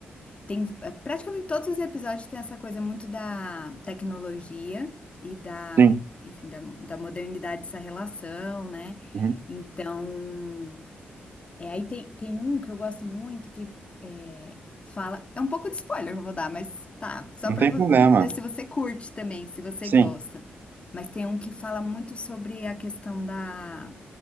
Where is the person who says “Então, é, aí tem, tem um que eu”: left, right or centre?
Left